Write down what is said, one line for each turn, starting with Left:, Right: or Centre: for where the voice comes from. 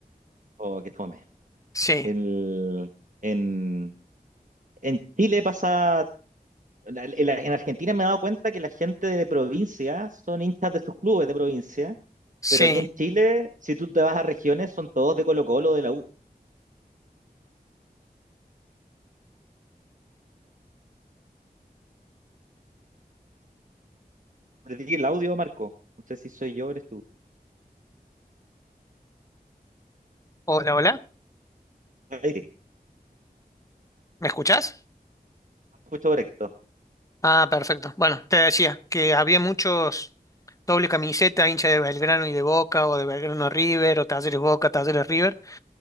Right: Oh, qué fome.
Left: Sí,
Right: El, en, en Chile pasa, la- en, la- en Argentina me he dado cuenta que la gente de provincia son hinchas de sus clubes de provincia,
Left: sí.
Right: pero aquí en Chile, si tú te vas a regiones, son todos de Colo-Colo, de la U. ¿Perdí el audio, Marco? No sé si soy yo, eres tú.
Left: Hola, hola.
Right: Ahí sí,
Left: ¿Me escuchás?
Right: escucho correcto.
Left: Ah, perfecto. Bueno, te decía que había muchos doble camiseta, hincha de Belgrano y de Boca, o de Belgrano a River, o Talleres Boca, Talleres River,